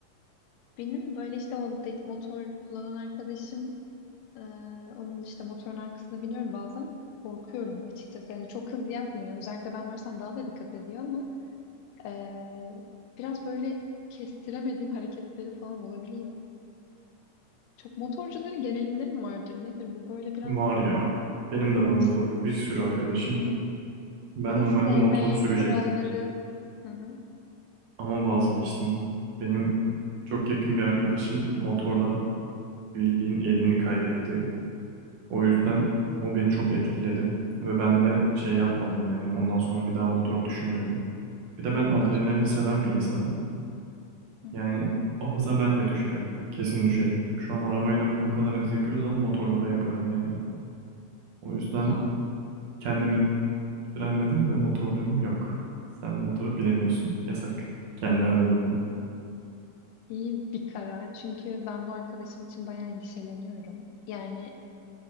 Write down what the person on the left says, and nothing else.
benim böyle işte o de- motor kullanan arkadaşım Ee, onun işte motorun arkasına biniyorum bazen. Korkuyorum açıkçası. Yani çok hız yapmıyor. Özellikle ben varsam daha da dikkat ediyor ama ee, biraz böyle kestiremediğim hareketleri falan olabiliyor. Çok motorcuların genelinde mi vardır? Nedir bu? Böyle biraz
şey-
Hı.
hız
sevmek,
kuralları. Hı hı.
Geçmiş olsun.
Hı hı.
Ya
iyi bir karar. Çünkü ben bu arkadaşım için bayağı endişeleniyorum. Yani